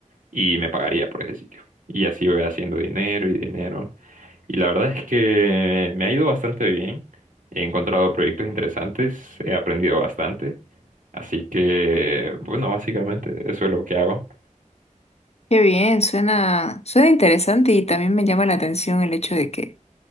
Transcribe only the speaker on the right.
y me pagaría por ese sitio. Y así voy haciendo dinero y dinero. Y la verdad es que me ha ido bastante bien. He encontrado proyectos interesantes, he aprendido bastante. Así que, bueno, básicamente eso es lo que hago.